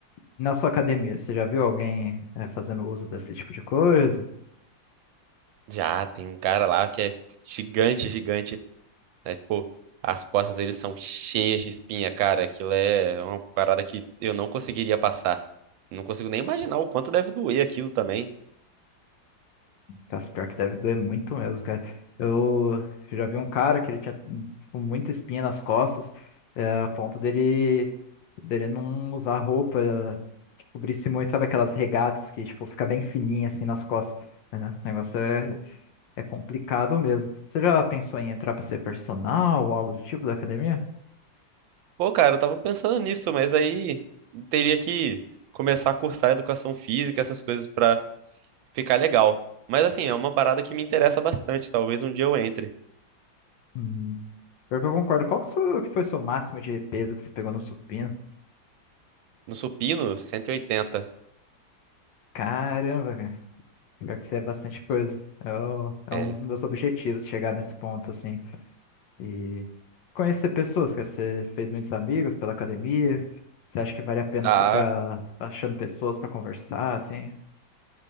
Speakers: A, on the left; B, on the right.
A: na sua academia, você já viu alguém, é, fazendo uso desse tipo de coisa?
B: Já tem um cara lá que é gigante, gigante. né? Tipo, as costas dele são cheias de espinha, cara. Aquilo é uma parada que eu não conseguiria passar. Não consigo nem imaginar o quanto deve doer aquilo também.
A: Nossa, pior que deve doer muito mesmo, cara. Eu já vi um cara que ele tinha, tipo, muita espinha nas costas, é, a ponto dele, dele não usar roupa eh, que cobrisse muito, sabe aquelas regatas que, tipo, fica bem fininha, assim, nas costas. É, né? O negócio é, é complicado mesmo. Você já pensou em entrar pra ser personal ou algo do tipo da academia?
B: Pô, cara, eu tava pensando nisso, mas aí teria que começar a cursar educação física, essas coisas pra ficar legal. Mas assim, é uma parada que me interessa bastante. Talvez um dia eu entre.
A: Hum, pior que eu concordo. Qual que, sou- que foi o seu máximo de peso que você pegou no supino?
B: No supino, 180.
A: Caramba, Pior que isso é bastante coisa. É, o- é
B: É.
A: um dos meus objetivos chegar nesse ponto, assim. E conhecer pessoas, cara. Você fez muitos amigos pela academia. Você acha que vale a pena
B: Ah,
A: ficar achando pessoas pra conversar, assim?